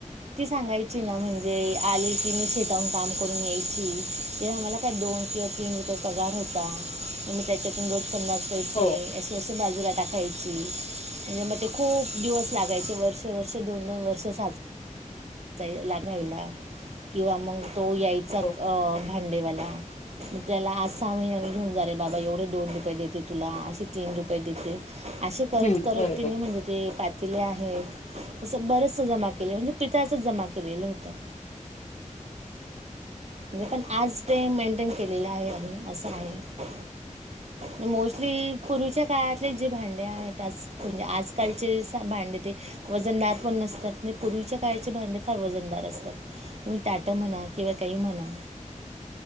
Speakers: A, on the right; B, on the left.
A: ती सांगायची ना म्हणजे, आली की मी शेताहून काम करून यायची, तेव्हा मला. काय दोन किंवा तीन रुपये पगार होता, म मी त्याच्यातून रोज पन्नास पैसे
B: हो
A: असे पैसे बाजूला टाकायची, म्हणजे म ते खूप दिवस लागायचे, वर्ष वर्ष दोन दोन वर् अस साच चाय लागायला, किंवा मंग तो यायचा अ
B: हो.
A: भांडेवाला म त्याला आज सहा महिन्याने घेऊन जा रे बाबा, एवढे दोन रुपये देते तुला, असे तीन रुपये देते असे करत
B: हम्म
A: करत
B: बरोबर.
A: तिनी म्हणजे जे पातिले आहेत, असं बरचस जमा केले, म्हणजे पितळाचंच जमा केलेलं होतं. म्हणजे पण, आज ते मेंटन केलेलं आहे आम्ही, असं आहे. म मोस्टली पूर्वीच्या काळातले जे भांडे आहेत, आज म्हणजे आजकालचे स भांडे ते वजनदार पण नसतात, न पूर्वीच्या काळाचे भांडे फार वजनदार असतात. तुम्ही ताट म्हणा किंवा काही म्हणा,